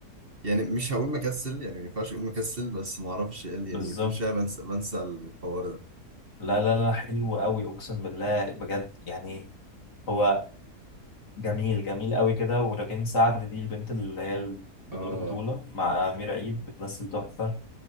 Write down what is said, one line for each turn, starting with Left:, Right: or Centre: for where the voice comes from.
Right: يعني مش هقول مكسل يعني ما ينفعش اقول مكسل بس ما اعرفش ايه اللي-
Left: بالظبط
Right: يعني كل شويه بنسى بنسى الحوار ده
Left: لا لا لا حلو قوي اقسم بالله بجد يعني هو جميل جميل قوي كده وراجين سعد دي البنت اللي هي بدور
Right: اه
Left: بطولة مع أمير عيد بتمثل تحفة